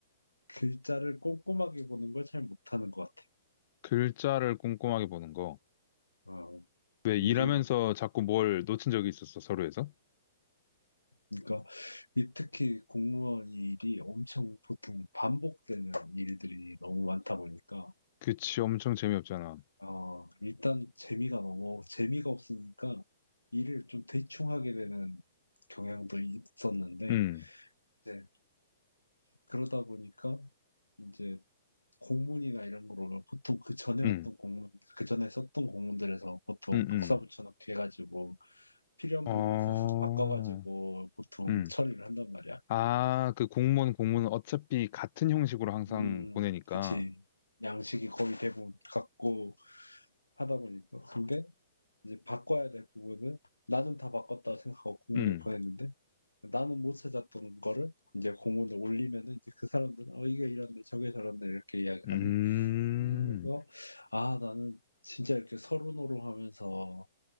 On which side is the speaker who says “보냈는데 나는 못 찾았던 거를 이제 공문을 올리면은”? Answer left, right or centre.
Left